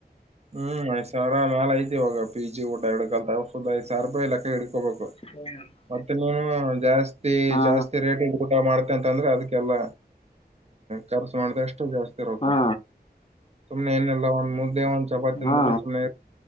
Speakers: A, on the right; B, on the left.
A: ಹ್ಮ್ ಐದ್ ಸಾವರ ನಾಲ ಐತಿ ಇವಾಗ ಪಿ ಜಿ ಊಟ ಎರಡು ಕ್ಯಾಂಪರ್ ಮಾಡುದ್ರೆ ಐದ ಸಾವಿರ ರೂಪಾಯ ಲೆಕ್ಕ ಇಡ್ಕೋಬೇಕು
B: <inaudible>
A: ಮತ್ತೆ ನೀನು ಜಾಸ್ತಿ
B: ಹಾ
A: ಜಾಸ್ತಿ ರೇಟ್ ಊಟ ಮಾಡ್ತೆ ಅಂತ ಅಂದ್ರೆ ಅದಕ್ಕೆಲ್ಲಾ ಖರ್ಚು ಮಾಡ್ದ ಅಷ್ಟೆ ಜಾಸ್ತಿ ಇರುತ್ತೆ
B: ಹಾ
A: ಸುಮ್ನೆ ಏನಿಲ್ಲಒಂದ್ ಮುದ್ದೆ ಒಂದ್ ಚಪಾತಿ ತಿಂದ
B: ಹಾ
A: ಬಿಟ್ಟು ಸುಮ್ನೆ